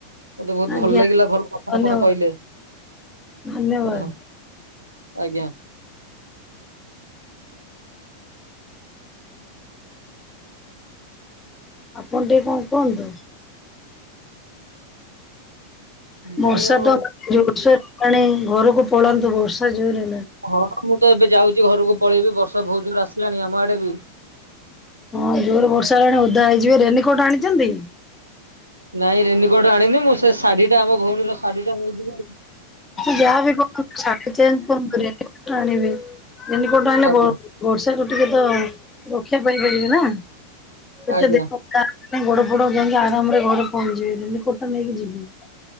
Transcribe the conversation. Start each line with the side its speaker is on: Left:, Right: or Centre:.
Right: ମତେ ବହୁତ
Left: ଆଜ୍ଞା।
Right: ଭଲ ଲାଗିଲା ଭଲ କଥା
Left: ଧନ୍ୟବାଦ
Right: ଆପଣ କହିଲେ
Left: ଧନ୍ୟବାଦ
Right: ଧ ଆଜ୍ଞା।
Left: ଆପଣ ଟିକେ କଣ କୁହନ୍ତୁ?
Right: ନାଇଁ
Left: ବର୍ଷା
Right: ଆଉ
Left: ତ ଜୋସୋରେ ହେଲାଣି ଘରକୁ ପଳାନ୍ତୁ, ବର୍ଷା ଜୋରେ
Right: ହଁ ମୁଁ ତ ଏବେ ଯାଉଛି ଘରକୁ ପଳେଇବି ବର୍ଷା ବହୁତ ଜୋର ଆସିଲାଣି ଆମ ଆଡେ ବି।
Left: ହଁ ଜୋର ବର୍ଷା ହେଲାଣି ଓଦା ହେଇଯିବେ ରେନିକୋଟ ଆଣିଛନ୍ତି।
Right: ନାଇଁ ରେନିକୋଟ ଆଣିନି ମୁଁ ସେ ଶାଢୀ ଟା ଆମ ଭଉଣୀର ଶାଢୀଟା ନେଇଯିବି।
Left: ଯାହାବି କଣ କର ଚେଞ୍ କଣ କରିବ ଆଣିବି। ରେନିକୋଟ ଆଣିଲେ
Right: ଆଜ୍ଞା
Left: ବ ବର୍ଷା ରୁ ଟିକେ ତ ର କ୍ଷା ପାଇପାରିବେ ନା ଏତେ
Right: ଆଜ୍ଞା
Left: ଦେଖ ନ ଗୋଡ ଫୋଡ ଯାଇ ଆରାମରେ ଘରେ ପହଞ୍ଚିବଯିବେ ରେନିକୋଟା ନେଇକି ଯିବେ।